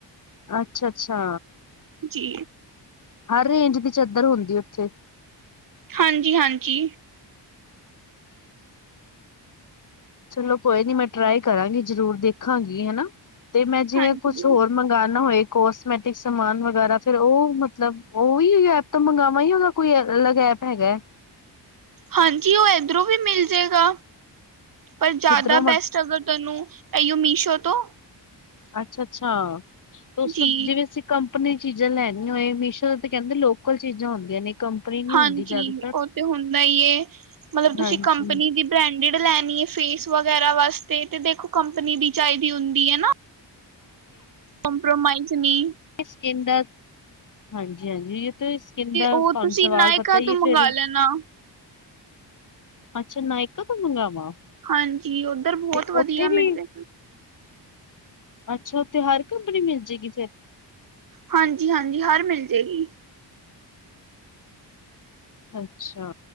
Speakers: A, on the left; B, on the right.
A: ਅੱਛਾ-ਅੱਛਾ।
B: ਜੀ
A: ਹਰ ਰੇਂਜ ਦੀ ਚਾਦਰ ਹੁੰਦੀ, ਉੱਥੇ
B: ਹਾਂਜੀ-ਹਾਂਜੀ।
A: ਚਲੋ ਕੋਈ ਨੀ ਮੈਂ ਟਰਾਈ ਕਰਾਂਗੀ, ਜਰੂਰ ਦੇਖਾਂਗੀ ਹੈਨਾ ਤੇ ਮੈਂ ਜਿਵੇਂ
B: ਹਾਂਜੀ,
A: ਕੁਛ
B: ਹਾਂਜੀ
A: ਹੋਰ ਮੰ ਗਾ ਹੋਏ ਕੋਸਮੈਟਿਕ ਸਮਾਨ ਵਗੈਰਾ, ਫੇਰ ਰ ਉਹ ਮਤਲਬ ਉਹ ਵੀ ਤੋਂ ਮੰਗਾਵਾਂ, ਯਾ ਉਹਦਾ ਕੋਈ, ਅਲਗ ਐਪ ਹੈਗਾ।
B: ਹਾਂਜੀ। ਉਹ ਇਧਰੋਂ ਵੀ, ਮਿਲ ਜਾਏਗਾ। ਪਰ ਜ਼ਿਆਦਾ
A: ਕਿੱਧਰੋਂ ਮ
B: ਪੈਸੈ। ਅਗਰ ਤੈਨੂੰ, ਇਓ ਮੀਸ਼ੋ ਤੋਂ।
A: ਅੱਛਾ- ਅੱਛਾ। ਤੇ, ਉਸ ਤੋਂ
B: ਜੀ
A: ਜਿਵੇਂ, ਅਸੀਂ। ਕੰਪਨੀ ਚੀਜ਼ਾਂ, ਲੈਣੀਆਂ ਹੋਏ। ਮੀਸ਼ੋ ਤੇ ਕਹਿੰਦੇ, ਲੋਕਲ ਚੀਜ਼ਾਂ ਹੁੰਦੀਆਂ ਨੇ। ਕੰਪਨੀ ਨੀ
B: ਹਾਂਜੀ।
A: ਹੁੰਦੀ ਜ਼ਿਆਦਾਤਰ
B: ਉਹ ਤੇ, ਹੁੰਦਾ ਹੀ ਏ। ਮਤਲਬ ਤੁਸੀਂ
A: ਹਾਂਜੀ
B: ਕੰਪਨੀ ਦੀ। ਬ੍ਰੈਂਡਿਡ ਲੈਣੀ ਹੈ। ਫੇਸ ਵਗੈਰਾ ਵਾਸਤੇ, ਤੇ ਦੇਖੋ ਕੰਪਨੀ ਦੀ ਚਾਹੀਦੀ ਹੁੰਦੀ ਹੈ ਨਾ। ਕਪ੍ਰੋਮਾਈਜ਼ ਨੀ।
A: ਸਕਿੰਨ ਦਾ, ਹਾਂਜੀ- ਹਾਂਜੀ। ਤੇ, ਸਕਿੰਨ ਦਾ,
B: ਉਹ
A: ਤੁਹਾਨੂੰ
B: ਤੁਸੀਂ
A: ਸਵਾਲ,
B: ਨਾਇਕਾ
A: ਪਤਾ ਹੀ
B: ਤੋਂ
A: ਹੈ
B: ਮੰਗਵਾ
A: ਫੇਰ।
B: ਲੈਣਾ।
A: ਅੱਛਾ! ਨਾਇਕਾ, ਤੋ ਮੰਗਾਵਾਂ।
B: ਹਾਂਜੀ। ਉੱਧਰ ਬਹੁਤ,
A: ਤੇ
B: ਵਧੀਆ
A: ਉੱਥੇ ਵੀ
B: ਮਿਲਦਾ।
A: ਅੱਛਾ। ਉੱਥੇ ਹਰ ਕੰਪਨੀ, ਮਿਲ ਜਾਏਗੀ। ਫੇਰ।
B: ਹਾਂਜੀ-ਹਾਂਜੀ, ਹਰ ਮਿਲ ਜਾਏਗੀ।
A: ਅੱਛਾ।